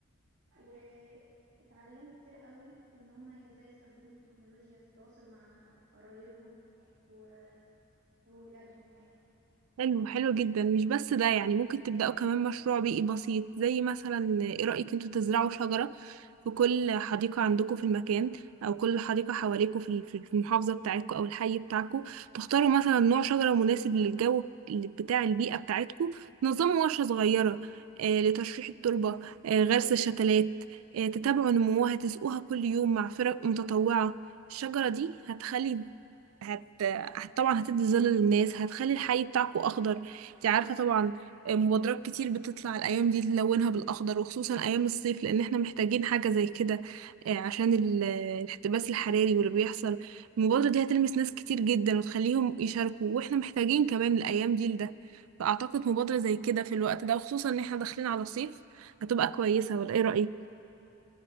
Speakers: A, on the right; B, on the right.
A: واتعلموا كتير قوي ان هم ازاي يستخدموا التكنولوجيا في التواصل مع قرايبهم و- وولادهم
B: حلو حلو جدا مش بس ده يعني ممكن تبدأوا كمان مشروع بيئي بسيط زي مثلا ايه رأيك انتوا تزرعوا شجرة في كل حديقة عندكم في المكان أو كل حديقة حواليكم في ال- في المحافظة بتاعتكم أو الحي بتاعكم تختاروا مثلا نوع شجرة مناسب للجو بتاع البيئة بتاعتكم تنظموا ورشة صغيرة آه، لتشريح التربة آه، غرس الشتلات آه، تتابعوا نموها تسقوها كل يوم مع فرق متطوعة الشجرة دي هتخلي هت... هت طبعا هتدي ظل للناس هتخلي الحي بتاعكو اخضر انت عارفه طبعا مبادرات كتير بتطلع الايام دي تلونها بالاخضر وخصوصا ايام الصيف لان احنا محتاجين حاجه زي كده آه، عشان ال- الاحتباس الحراري واللي بيحصل المبادره دي هتلمس ناس كتير جدا وتخليهم يشاركوا واحنا محتاجين كمان الايام دي لده فاعتقد مبادره زي كده في الوقت ده وخصوصا ان احنا داخلين على الصيف هتبقى كويسه ولا ايه رايك